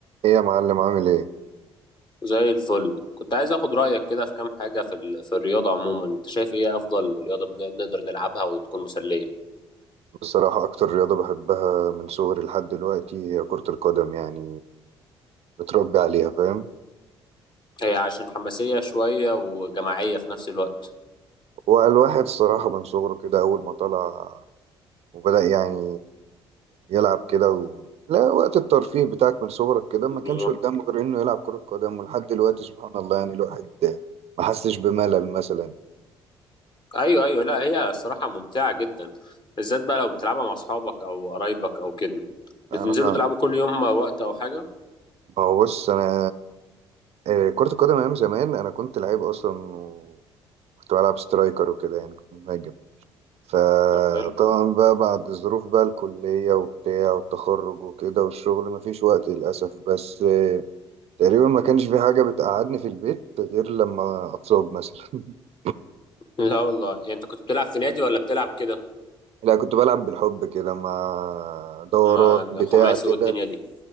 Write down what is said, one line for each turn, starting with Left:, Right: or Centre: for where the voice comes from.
Right: ايه يا معلم عامل ايه؟
Left: زي الفل كنت عايز اخد رأيك كده في كام حاجة في ال... في الرياضة عموما انت شايف ايه افضل رياضة بن... نقدر نلعبها وتكون مسلية
Right: بصراحة أكتر رياضة بحبها من صغري لحد دلوقتي هي كرة القدم يعني متربي عليها فاهم؟
Left: هي عشان حماسية شوية وجماعية في نفس الوقت
Right: والواحد الصراحة من صغره كده أول ما طلع وبدأ يعني يلعب كده و... لا وقت الترفيه بتاعك من صغرك كده ما
Left: بالظبط.
Right: كانش قدامه غير إنه يلعب كرة قدم ولحد دلوقتي سبحان الله يعني الواحد ما حسش بملل مثلا
Left: ايوه ايوه لا هي الصراحة ممتعة جدا بالذات بقى لو بتلعبها مع اصحابك او قرايبك او كده بتنزلوا
Right: أنا أنا-
Left: تلعبوا كل يوم وقت او حاجة
Right: ما هو بص أنا آه، كرة القدم أيام زمان أنا كنت لعيب أصلا و... كنت بلعب سترايكر وكده يعني كنت مهاجم فطبعا
Left: طب حلو
Right: بقى بعد الظروف بقى الكلية وبتاع والتخرج وكده والشغل مفيش وقت للأسف بس آه، تقريبا ما كانش في حاجة بتقعدني في البيت غير لما أتصاب مثلا <laughs>
Left: لا والله يعني انت كنت بتلعب في نادي ولا بتلعب كده
Right: لا كنت بلعب بالحب كده مع دورات
Left: مع
Right: بتاع
Left: خماسي
Right: كده
Left: والدنيا دي